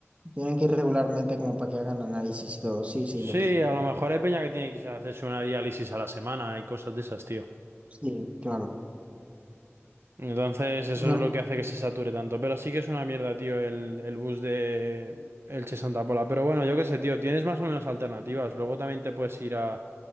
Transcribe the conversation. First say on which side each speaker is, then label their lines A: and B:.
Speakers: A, on the right; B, on the right.
A: tienen que ir regularmente como para que hagan análisis y todo. Sí, sí,
B: Sí,
A: lo pillo.
B: a lo mejor hay peña que tiene que irse a hacerse una diálisis a la semana y cosas de esas, tío.
A: Sí, claro.
B: Entonces, eso
A: No,
B: es lo
A: no.
B: que hace que se sature tanto. Pero sí que es una mierda, tío, el, el bus de Elche Santa Pola. Pero bueno, yo qué sé, tío, tienes más o menos alternativas. Luego también te puedes ir a